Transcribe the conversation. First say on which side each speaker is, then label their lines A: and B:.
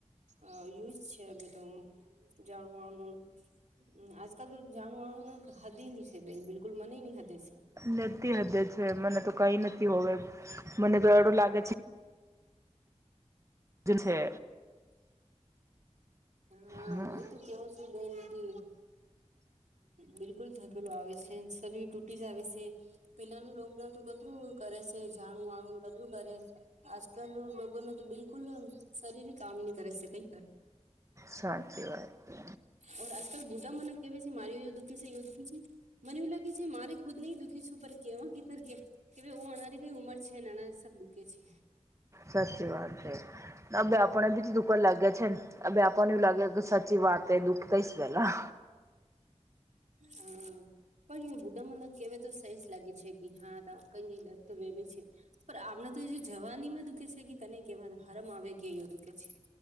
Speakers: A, on the right; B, on the right.
A: અ યુજ છે બીધું જાણું વાણું. આજકાલ તો જાણું આળું ને હદી નની છે બેન બિલકુલ મનેહીઈ હદે છે.
B: લતી હદે છે મને તો કઈ નથી હોવે મને તો એડું લાગે છે. જે છે.
A: હા
B: હમ
A: વોય તો કેવું શું બેન કે બિલકુલ થકી પેલુ આવે છે શરીર તૂટી જ આવે છે પેલાનું લોગ ના તો કતરું. કરે છે જાણું વાણું કેટલું કરે છે. આજકાલ લોકો ન તો બિલકુલ શરીર કામ નહિ કરે શકે.
B: સાચી વાત છે.
A: ઓ આજકાલ બુ મને કે છે મારી યોય દુખી છે યોું દુખી છે. મને્યું લાગે છે મારે ખુદ નહી દુઃખી છું પર કેવા કધર કે કે ભ ઓ અનાથી કઈ ઉંમર છે નાનાથી સબ દુઃખે છે.
B: સાચી વાત છે બેપણને બી દુઃખ જ લાગે છે ને આ બેપણને એવું લાગે કે સાચે ચી વાતે દુઃખ તઈવેલા.
A: હા પણ એ બુઢ મને કેવાય તો સઈ લાગે છે કે હા કઈ ક દત તો બેબી છે પણ આમ તો વાની માં દુખે છે કે કને કહેવા હરમ આવે કે અયો દુખે છે.